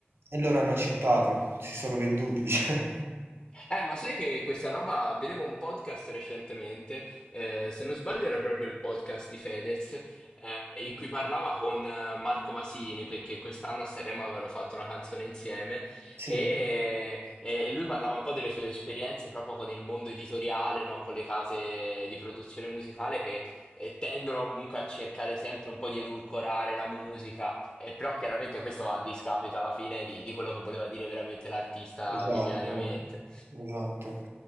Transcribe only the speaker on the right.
e loro hanno accettato, si sono venduti, <laughs> diciamo.
Sì.
Esatto,
eh, esatto.